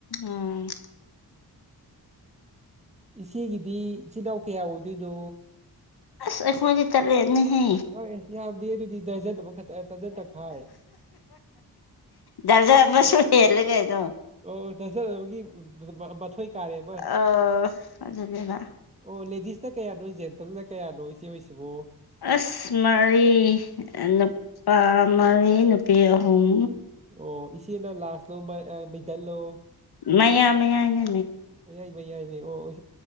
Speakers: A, on the left; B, on the right.
A: ꯎꯝ
B: ꯏꯆꯦꯒꯤꯗꯤ ꯏꯆꯤꯟꯜ ꯏꯅꯥꯎ ꯀꯌꯥ ꯑꯣꯏꯗꯣꯏꯅꯣ
A: ꯑꯁ ꯑꯩꯈ ꯃꯖꯤ ꯇꯔꯦꯅ ꯍ
B: ꯍꯣꯏꯁ ꯌꯥꯕꯗꯤ ꯑꯗꯨꯗꯤ ꯇꯖꯟꯕꯨ ꯈ ꯇꯖꯟ ꯇꯈꯥꯏ
A: ꯗꯔꯖꯥ ꯑꯃꯁꯨ ꯍꯦꯜꯂꯦ ꯀꯩꯅꯣ
B: ꯑꯣ ꯅꯖꯔꯒꯤ ꯃꯊꯣꯏꯏ ꯀꯥꯔꯦ ꯑꯃ
A: ꯑꯥ ꯑꯗꯨꯅꯦꯕ
B: ꯑꯣ ꯂꯦꯗꯤꯁꯇ ꯀꯌꯥꯗꯣ ꯖꯦꯟꯇꯜꯅ ꯀꯌꯥꯗꯣ ꯏꯆꯦ ꯍꯣꯏꯁꯤꯕꯣ
A: ꯑꯁ ꯃꯔꯤ ꯅꯨꯄꯥ ꯃꯔꯤ ꯅꯨꯄꯤ ꯑꯍꯨꯝ
B: ꯑꯣ ꯏꯆꯦꯅ ꯂꯥꯁ ꯂꯣꯃꯩꯗꯜ ꯂꯣ
A: ꯃꯌꯥꯏ ꯃꯌꯥꯏꯅꯦ
B: ꯃꯌꯥꯏꯅꯦ ꯍꯣꯏ